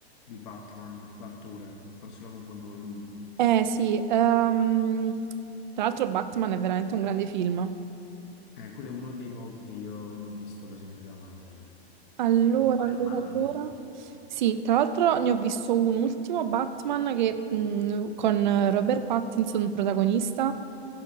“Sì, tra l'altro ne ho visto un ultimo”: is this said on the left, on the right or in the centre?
Right